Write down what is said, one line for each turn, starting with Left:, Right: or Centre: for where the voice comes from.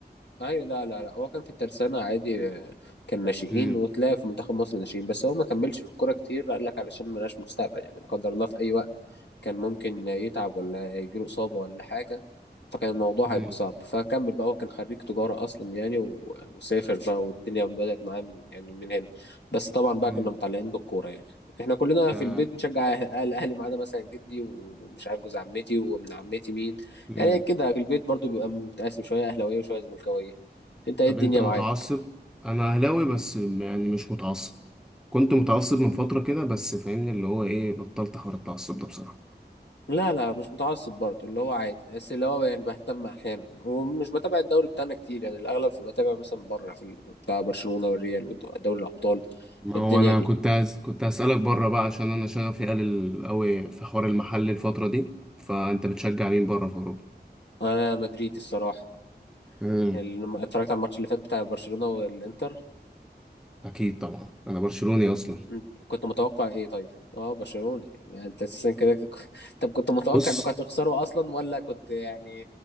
Left: ايوه لا لا لا هو كان في الترسانة عادي آه، كان ناشئين
Centre: امم
Left: وتلاقي في منتخب مصر ناشئين بس هو ما كملش في الكورة كتير قال لك علشان ملهاش مستقبل يعني لا قدر الله في اي وقت كان ممكن يتعب ولا يجيله إصابة ولا حاجة فكان الموضوع
Centre: امم
Left: هيبقى صعب فكمل بقى هو كان خريج تجارة أصلا يعني و... وسافر بقى والدنيا بدأت معاه من يعني من هنا بس طبعا بقى
Centre: امم
Left: كنا متعلقين بالكورة يعني احنا كلنا
Centre: آه،
Left: في البيت بنشجع أهل الأهلي ما عدا مثلا جدي ومش عارف جوز عمتي وابن عمتي مين
Centre: امم
Left: يعني كده البيت برضو بيبقى متقاسم شوية أهلاوية وشوية زملكاوية أنت إيه
Centre: طب
Left: الدنيا
Centre: انت متعصب؟
Left: معاك؟
Centre: انا اهلاوي بس يعني مش متعصب كنت متعصب من فترة كده بس فاهمني اللي هو ايه بطلت حوار التعصب ده بصراحة
Left: لا لا مش متعصب برضو اللي هو عادي بس اللي هو يعني بهتم أحيانا ومش بتابع الدوري بتاعنا كتير يعني الأغلب فبتابع مثلا بره في ال- بتاع برشلونة والريال ودوري الأبطال
Centre: ما
Left: الدنيا
Centre: هو انا
Left: دي
Centre: كنت هس... كنت هسألك بره بقى عشان انا شغفي قليل قوي في حوار المحل الفترة دي فانت بتشجع مين بره في اوروبا
Left: أنا مدريدي الصراحة
Centre: امم
Left: الم- اتفرجت على الماتش اللي فات بتاع برشلونة والإنتر
Centre: اكيد طبعا انا برشلوني اصلا
Left: انت كنت متوقع إيه طيب؟ أه برشلوني يعني أنت أساسا كده ك- <laughs> طب كنت متوقع
Centre: بص
Left: إنكم هتخسروا أصلا ولا كنت يعني